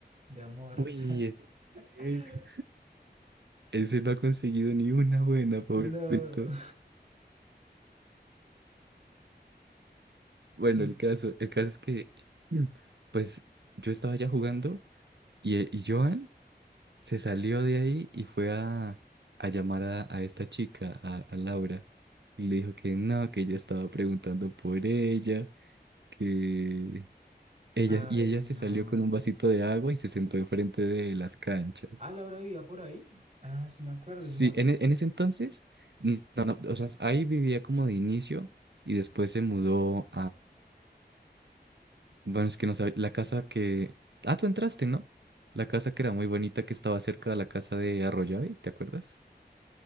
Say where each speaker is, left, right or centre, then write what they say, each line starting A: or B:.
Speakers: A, on the right; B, on the right.
A: de amor.
B: Uy,
A: <laughs>
B: ese, <laughs> ese no ha conseguido ni una buena, pobrecito.
A: No.
B: Bueno,
A: Mm,
B: el caso, el caso es que, Mm. pues, yo estaba ya jugando y, eh, y Joan se salió de ahí y fue a, a llamar a, a esta chica, a, a Laura, y le dijo que no, que yo estaba preguntando por ella, que ella,
A: Ay,
B: y ella
A: no.
B: se salió con un vasito de agua y se sentó enfrente de las canchas.
A: Ah, Laura vivía por ahí. Ah, sí, me acuerdo.
B: Sí,
A: Yo ma-
B: en, e- en ese entonces, mm, no, no, o sea, ahí vivía como de inicio y después se mudó Bueno, es que no sabía. La casa que. Ah, tú entraste, ¿no? La casa que era muy bonita que estaba cerca de la casa de Arroyave, ¿te acuerdas?